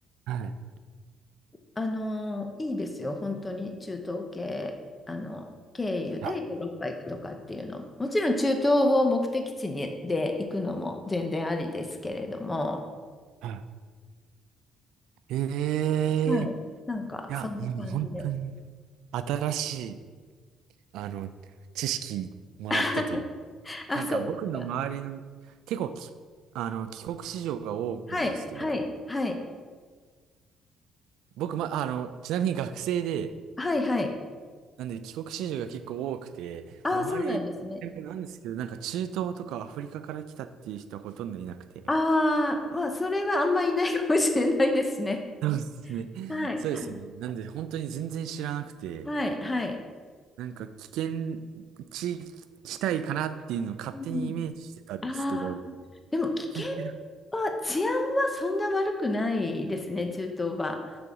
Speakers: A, on the right; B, on the left.
A: はい。
B: あの、いいですよ、本当に中東系、あの、経由でヨーロッパ行くとかっていうのも、
A: いや、
B: もちろん中東を目的地にで行くのも全然ありですけれども、
A: はい。ええい
B: はい。なんか、
A: や、
B: そんな感じで。
A: もう本当に新しい、あの、知識もらったという。
B: <laughs> あ、
A: なんか僕の周りの、
B: そうですか。
A: 結構き、あの、帰国子女が多いんですけど、
B: はい、はい、はい、
A: 僕、ま、あの、ちなみに学生で、
B: はい、はい。
A: なんで帰国子女が結構多くて、
B: ああ、
A: 周り、
B: そうなんですね。
A: なんですけど、なんか中東とかアフリカから来たっていう人はほとんどいなくて。
B: ああ、まあ、それはあんまいないかもしれないですね。
A: <laughs> そうですね。
B: はい、
A: そうですよね。
B: はい、
A: なんで本当に全然知らなくて、
B: はい、はい。
A: なんか危険地地帯かなっていうのを勝手にイメージしてたんですけど、
B: うん、ああ、でも危険
A: 聞いてる。
B: は、治安はそんな悪くないですね、中東は。